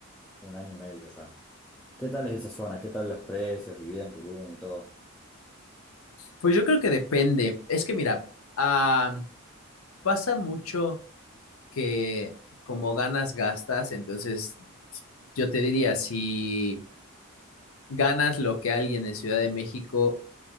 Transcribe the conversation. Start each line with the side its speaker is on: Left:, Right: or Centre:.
Centre: un año y medio ya. ¿Qué tal es esa zona? ¿Qué tal los precios, vivir en Tulum y todo?
Left: Pues yo creo que depende. Es que mira, ah, pasa mucho que como ganas, gastas. Entonces, yo te diría, si ganas lo que alguien en Ciudad de México,